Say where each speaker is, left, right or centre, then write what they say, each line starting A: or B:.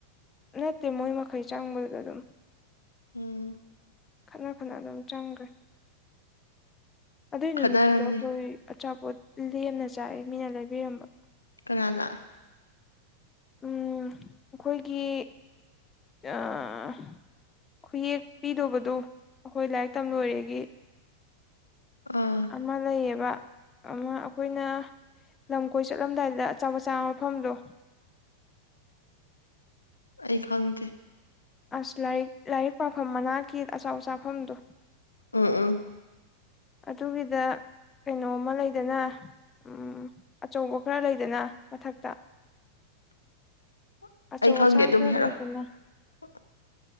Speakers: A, on the left; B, on the left.
A: ꯅꯠꯇꯦ ꯃꯣꯏ ꯃꯈꯩ ꯆꯪꯕꯗ ꯑꯗꯨꯝ
B: ꯎꯝ
A: ꯈꯠꯅ ꯈꯠꯅ ꯑꯗꯨꯝ ꯆꯪꯈ꯭ꯔꯦ ꯑꯗꯨꯏ ꯅꯨꯃꯤꯠꯇꯨꯗ
B: ꯈꯠꯅꯔꯝꯅꯤ
A: ꯑꯩꯈꯣꯏ ꯑꯆꯥꯄꯣꯠ ꯂꯦꯝꯅ ꯆꯥꯏꯌꯦ ꯃꯤꯅ ꯂꯩꯕꯤꯔꯝꯕ
B: ꯀꯅꯥꯅ
A: ꯑꯝ--ꯑꯩꯈꯣꯏꯒꯤ ꯑ--ꯈꯨꯌꯦꯛ ꯄꯤꯗꯧꯕꯗꯨꯣ ꯑꯩꯈꯣꯏ ꯂꯥꯏꯔꯤꯛ ꯇꯝ ꯂꯣꯏꯔꯦꯒꯤ
B: ꯑꯥ
A: ꯑꯃ ꯂꯩꯌꯦꯕ ꯑꯃ ꯑꯩꯈꯣꯏꯅ ꯂꯝ ꯀꯣꯏ ꯆꯠꯂꯝꯗꯥꯏꯗ ꯑꯆꯥꯄ‌ꯣꯠ ꯆꯥꯕ ꯃꯐꯝꯗꯣ
B: ꯑꯩ ꯈꯪꯗꯦ
A: ꯑꯁ ꯂꯥꯏꯔꯤꯛ ꯂꯥꯏꯔꯤꯛ ꯄꯥꯐꯝ ꯃꯅꯥꯛꯀꯤ ꯑꯆꯥꯕ‌ꯣꯠ ꯆꯥꯐꯝꯗ‌ꯣ
B: ꯎꯝ ꯎꯝ
A: ꯑꯗꯨꯒꯤꯗ ꯀꯩꯅꯣꯝꯃ ꯂꯩꯗꯅ ꯎꯝ ꯑꯆꯧꯕ ꯈꯔ ꯂꯩꯗꯅ ꯃꯊꯛꯇ
B: <inaudible>
A: ꯑꯆꯧ ꯑꯁꯥꯡ
B: ꯑꯗꯨꯝ
A: ꯈꯔ
B: ꯍꯥꯏꯔꯛꯑꯣ
A: ꯂꯩꯗꯅ
B: <inaudible>